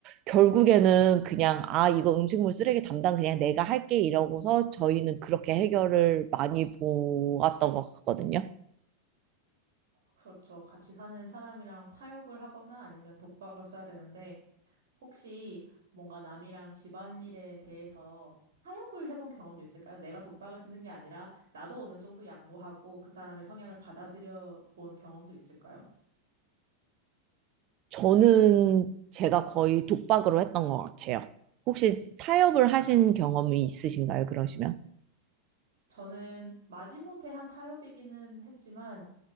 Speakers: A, on the right; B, on the right.
A: 결국에는 그냥 아, 이거 음식물 쓰레기 담당 그냥 내가 할게 이러고서 저희는 그렇게 해결을 많이 보았던 것 같거든요.
B: 그렇죠. 같이 사는 사람이랑 타협을 하거나 아니면 독박을 써야 되는데 혹시 뭔가 남이랑 집안일에 대해서 타협을 해본 경험도 있을까요? 내가 독박을 쓰는 게 아니라 나도 어느 정도 양보하고 그 사람의 성향을 받아들여 본 경험도 있을까요?
A: 저는 제가 거의 독박으로 했던 것 같아요. 혹시 타협을 하신 경험이 있으신가요, 그러시면?
B: 저는 마지못해 한 타협이기는 했지만